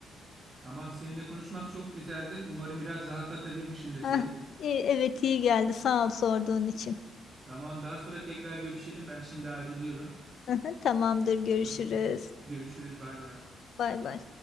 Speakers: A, on the right; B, on the left.
A: Tamam, seninle konuşmak çok güzeldi. Umarım biraz rahatlatabilmişimdir seni.
B: Heh, e, evet iyi geldi. Sağ ol sorduğun için.
A: Tamam, daha sonra tekrar görüşelim. Ben şimdi ayrılıyorum.
B: <laughs> Tamamdır, görüşürüz.
A: Tamam. Görüşürüz. Bay bay.
B: Bay bay.